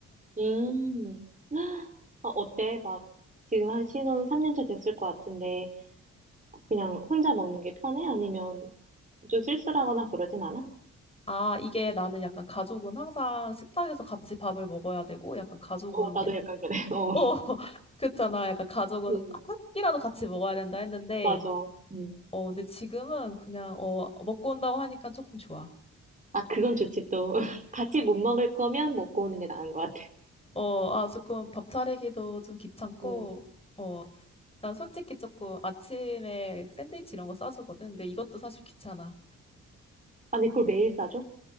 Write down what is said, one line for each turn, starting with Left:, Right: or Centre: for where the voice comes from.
Right: 음. 어, 어때? 막 지금 한 신혼 3년차 됐을 것 같은데 그냥 혼자 먹는 게 편해? 아니면 좀 쓸쓸하거나 그러진 않아?
Left: 아, 이게 나는 약간 가족은 항상 식탁에서 같이
Right: 음.
Left: 밥을 먹어야 되고, 약간 가족은,
Right: 어, 나도
Left: 예-
Right: 약간 그래. <laughs> 어.
Left: 어, <laughs> 그렇잖아. 약간 가족은
Right: 음.
Left: 한 끼라도 같이 먹어야 된다 했는데,
Right: 맞아. 음.
Left: 어, 근데 지금은 그냥, 어, 먹고 온다고 하니까 조금 좋아.
Right: 아, 그건 좋지 또. <laughs> 같이 못 먹을 거면 먹고 오는 게 나은 것 같아.
Left: 어, 아, 조금 밥 차리기도 좀 귀찮고,
Right: 음.
Left: 어 난 솔직히 조금 아침에 샌드위치 이런 거 싸주거든. 근데 이것도 사실 귀찮아.
Right: 아니, 그걸 매일 싸줘?